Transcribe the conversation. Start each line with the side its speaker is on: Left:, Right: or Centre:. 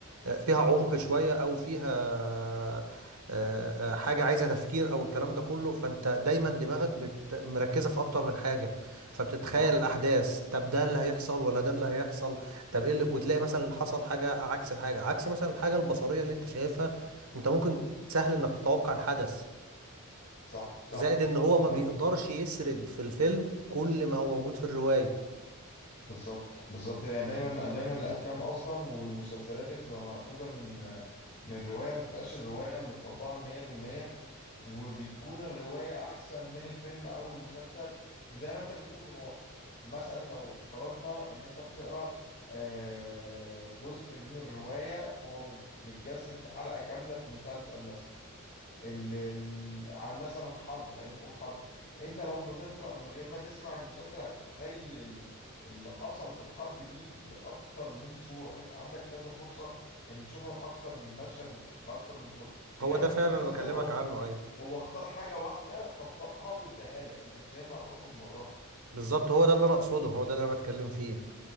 Right: آه، فيها عمق شوية او فيها آه، آه، حاجة عايزة تفكير او الكلام ده كله فانت دايما دماغك بت- مركزة في اكتر من حاجة فبتتخيل
Left: اه
Right: الاحداث طب ده اللي هيحصل ولا ده اللي هيحصل طب ايه اللي وتلاقي مثلا اللي حصل حاجة عكس الحاجة عكس مثلا الحاجة البصرية اللي انت شايفها انت ممكن سهل انك تتوقع الحدث
Left: صح صح
Right: زائد ان هو ما
Left: م-
Right: بيقدرش يسرد في الفيلم كل ما هو موجود في الرواية
Left: بالظبط بالظبط يعني دايما دايما الأفلام أصلا والمسلسلات اللي بتبقى مأخوذة من من رواية ما بتبقاش الرواية متطبقة 100% وبتكون الرواية أحسن من الفيلم أو المسلسل وزي ما أنت بتقول هو مثلا لو افترضنا إن أنت بتقرأ آه، جزء من الرواية هو مت- متجسد في حلقة كاملة في مسلسل مثلا ال- ال- عن مثلا حرب خلينا نقول حرب أنت لو بتقرأ من غير ما تسمع المسلسل هتتخيل ال- اللي حصل في الحرب دي بأكتر من صورة يبقى عندك كذا فرصة إن تشوفها بأكتر من مشهد وبأكتر من صورة
Right: هو
Left: إنما
Right: ده
Left: في
Right: فعلا
Left: المسلسل
Right: انا بكلمك
Left: هو
Right: عنه ايوه
Left: هو اختار حاجة واحدة طبقها واداها لك انت مش هينفع تخرج براها
Right: بالظبط هو ده اللي انا اقصده هو ده اللي انا بتكلم فيه